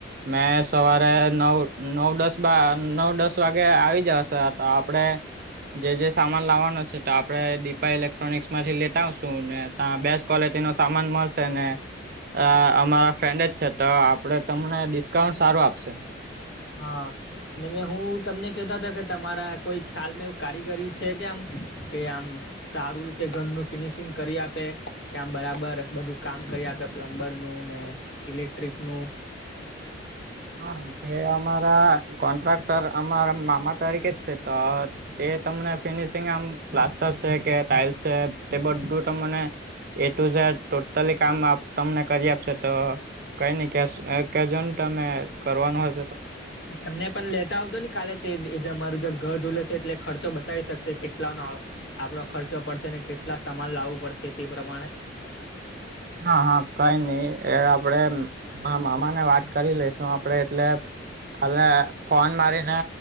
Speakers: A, on the right; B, on the left.
A: મેં સવારે નવ નવ દસ બા નવ દસ વાગે આવી જશે તો આપડે જે જે સામાન લાવવાનો છે તો આપડે દીપા ઇલેક્ટ્રોનિક્સમાંથી લેતા આવશું ને ત્યાં બેસ્ટ ક્વોલિટીનો સામાન મળશે ને અ અમારા ફ્રેન્ડ જ છે તો આપડે તમને ડિસ્કાઉન્ટ સારું આપશે.
B: હા ને મે હું તમને કેતાતા કે તમારા કોઈ ખ્યાલમાં એવું કારીગરી છે કે આમ કે આમ સારું રીતે ઘરનું ફિનિશિંગ કરી આપે કે આમ બરાબર બધું કામ કરી આપે? પ્લમ્બરનું ને ઇલેક્ટ્રિકનું?
A: હા તે અમારા કોન્ટ્રાક્ટર અમારા મામા તરીકે જ છે તો એ તમને ફિનિશિંગ આમ પ્લાસ્ટર છે કે ટાઇલ્સ છે તે બધું તમને એ ટુ ઝેડ ટોટલી કામ આપ તમને કરી આપશે તો કઈ નઈ કેસ અ કેજો ને તમને કરવાનું હશે તો
B: એમને પણ લેતા આવજો ને કાલે તેજ એ અમારું જગ ઘર ધૂલેશે એટલે ખર્ચો બતાવી શકશે કેટલાનો આપડો ખર્ચો પડશેને કેટલા સમાન લાવું પડશે તે પ્રમાણે
A: હા હા કઈ નહી એ આપણેે માર મામાને વાત કરી લેશું આપડે એટલે હલે ફોન મારીને.